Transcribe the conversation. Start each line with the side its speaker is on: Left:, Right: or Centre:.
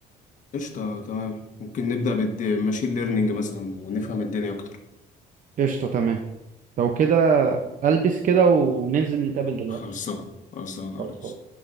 Left: قشطة تمام ممكن نبدأ بالماشين ليرنينج مثلا ونفهم الدنيا أكتر
Right: قشطة تمام لو كده البس كده وننزل نتقابل دلوقتي
Left: خلصان خلصان يا
Right: خلاص
Left: ريس